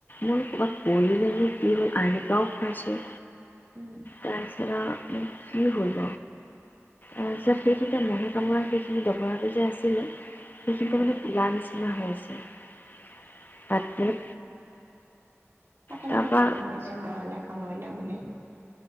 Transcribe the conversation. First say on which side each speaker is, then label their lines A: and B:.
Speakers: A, on the left; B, on the right.
A: মোৰ ক'ৰবাত, পৰিলেনো কি হ'ল আইকাও খুৱাইছোঁ।
B: উম,
A: তাৰপিছৰত আও কি হব? অ
B: উম,
A: চেপ দেখি দামহে কামাৰ সেইখিনি দবৰাটো যে আছিলে সেইখিনিতে
B: উম,
A: মানে কোলা নিচিনা হৈ আছে। <unintelligible> তাত মানে
B: অ কেনেকে
A: তাৰপৰা
B: গম পালে যে বৰলে কামোৰিলে বুলি